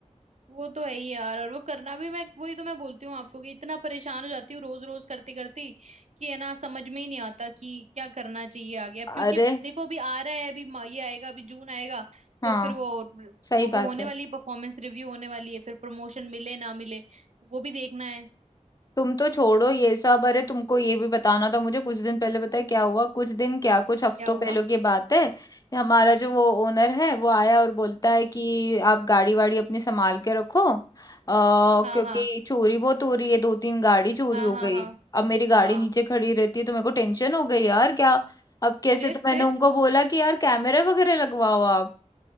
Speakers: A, on the right; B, on the left.
A: वो तो है ही यार और वो करना भी मैं वही तो मैं बोलती हूँ आपको कि इतना परेशान हो जाती हूँ रोज रोज करती करती कि है ना समझ में ही नहीं आता कि क्या करना चाहिए आगे अब
B: अरे
A: क्योंकि अब देखो अभी आ रहा है अभी मा- ये आएगा अभी जून आएगा
B: हाँ
A: तो फिर वो
B: सही
A: वो
B: बात
A: होने
B: है
A: वाली परफॉर्मेंस रिव्यू होने वाली है फिर प्रमोशन मिले ना मिले वो भी देखना है
B: तुम तो छोड़ो ये सब अरे तुमको ये भी बताना था मुझे कुछ दिन पहले पता है क्या हुआ कुछ दिन क्या कुछ हफ्तों
A: क्या हुआ
B: पहले की बात है हमारा
A: हम्म
B: जो वो ओनर है वो आया और बोलता है कि आप गाड़ी वाड़ी अपनी संभाल के रखो आ, क्योंकि
A: हाँ हाँ
B: चोरी बहुत हो रही है दो तीन गाड़ी चोरी
A: हाँ
B: हो
A: हाँ
B: गई
A: हाँ
B: अब मेरी गाड़ी
A: हाँ
B: नीचे खड़ी रहती है तो मेरे को टेंशन हो गई यार क्या अब कैसे
A: फिर
B: तो मैंने
A: फिर
B: उनको बोला कि यार कैमरे वगैरह लगवाओ आप